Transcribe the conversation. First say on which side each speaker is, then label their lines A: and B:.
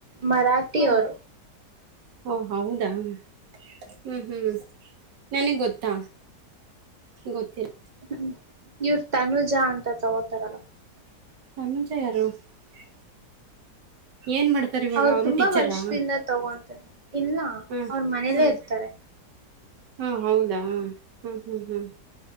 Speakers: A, on the right; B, on the right.
A: ಮರಾಠಿ
B: ಹೌದಾ
A: ಅವರು
B: ಓ ಹೌದಾ ಹ್ಮ್ ಹ್ಮ್ ನನಗೆ ಗೊತ್ತಾ ಗೊತ್ತಿಲ್ಲ
A: ಹ್ಮ ಇವ್ರ ತನುೂಜ ಅಂತ ತಗೋತಾರಲ್ಲ
B: <unintelligible> ಏನ್ ಮಾಡ್ತಾರೆ ಇವಾಗ
A: ಅವ್ರ
B: ಅವರು
A: ತುಂಬಾ
B: ಟೀಚರಾ?
A: ವರ್ಷದಿಂದ ತಗೊಂತಾರೆ ಇಲ್ಲಾ
B: ಹಾ
A: ಅವ್ರ ಮನೇಲ್ಲೇ
B: ಹಾ.
A: ಇರ್ತಾರೆ
B: ಹಾ ಹೌದಾ ಹ್ಮ್ ಹ್ಮ್ ಹ್ಮ್